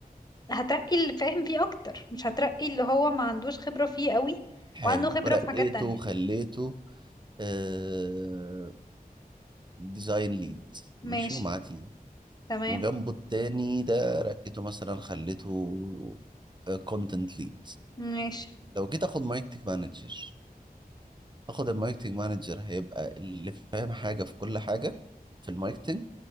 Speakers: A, on the left; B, on the right.
A: هترقي اللي فاهم فيه اكتر مش هترقي اللي هو ما عندوش خبرة فيه قوي
B: حلو
A: وعنده خبرة
B: رقيته
A: في حاجات تانية
B: وخليته آه ديزاين ليد
A: ماشي
B: ماشي ومعاه تيم
A: تمام
B: وجنبه التاني ده رقيته مثلا خليته كونتنت ليد
A: ماشي
B: لو جيت اخد ماركتنج مانجر اخد الماركتنج مانجر هيبقى اللي فاهم حاجة في كل حاجة في الماركتنج